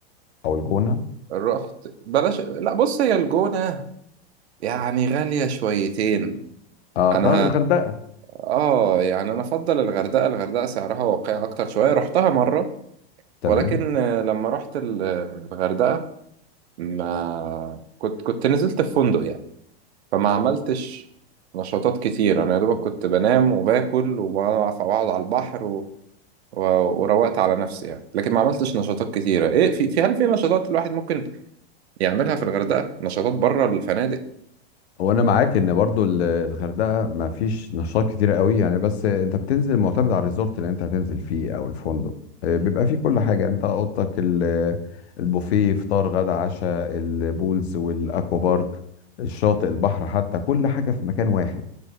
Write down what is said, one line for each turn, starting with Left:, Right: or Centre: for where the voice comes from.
Left: أو الجونة
Right: رحت بلاش لا بص هي الجونة يعني غالية شويتين
Left: أه
Right: انا
Left: طيب الغردقة
Right: اه يعني انا افضل الغردقة الغردقة سعرها واقعي اكتر شوية رحتها مرة
Left: تمام
Right: ولكن آه، لما رحت ال- الغردقة ما كنت كنت نزلت في فندق يعني فما عملتش نشاطات كتير انا يا دوبك كنت بنام وباكل وبقعد على البحر و- وروقت على نفسي يعني لكن ما عملتش نشاطات كتيرة ايه في, في هل في نشاطات الواحد ممكن يعملها في الغردقة نشاطات بره الفنادق
Left: وأنا معاك إن برضو ال- الغردقة ما فيش نشاط كتير قوي يعني بس أنت بتنزل معتمد على الريزورت اللي أنت هتنزل فيه أو الفندق آه، بيبقى فيه كل حاجة أنت أوضتك ال- البوفيه فطار غدا عشاء البولز والأكوا بارك الشاطئ البحر حتى كل حاجة في مكان واحد